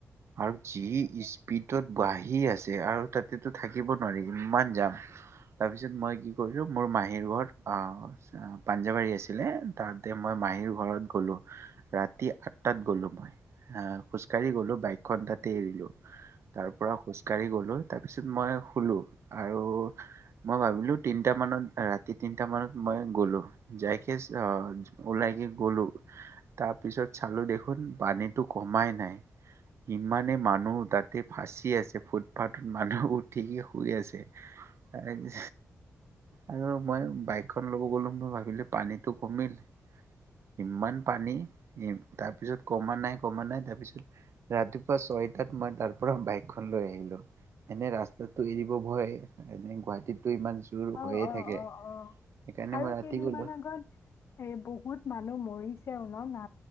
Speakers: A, on the right; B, on the left.
A: আৰু যি স্পীড। ত'ত বহী আছে আৰু তাতেতো থাকিব নোৱাৰি ইমান যাম তাৰপিছত মই কি কৰিলোঁ মোৰ মাহীৰ ঘৰত অ পাঞ্জাৱাৰী আছিলে তাতে মই মাহীৰ ঘৰত গ'লোঁ ৰাতি আঠটাত গলো মই আহ খোজকাঢ়ি গলো বাইকখন তাত তাতে এৰিলো তাৰ পৰা খোজ কঢ়ি গলোঁ তাৰপিছত মই শলো আৰু মই ভাবিলো তিনিটা মানত ৰাতি তিনিটা মানত মই গ'লো যাইকে আহ ওলাই কে গলো তাৰপিছত চালো দেখোন পানী তো কমাই নাই ইমানে মানুহ তাতে ফাঁচি আছে ফুটপাথত মানুহ উঠি শুই আছে মানে আৰু মই বাইক লব গলো মই ভাবিলো পানীতটো কমিল ইমান পানী তাৰপিছত কমা নাই কমা নাই তাৰ পিছত ৰাতিপুৱা ছয়টাত মই তাৰ পৰা বাইকখন লৈ আহিলো এনে ৰাস্তাতটো এৰিব ভয় এনে গুৱাহাটীত ইমান জোৰ হৈয়ে
B: অ অ
A: থাকে
B: অ অ
A: সেইকাৰণে
B: আৰু
A: মই ৰাতি
B: কেইদিনমান
A: গ'লো
B: আগত এ বহুত মানুহ মৰি পিছে শুনক না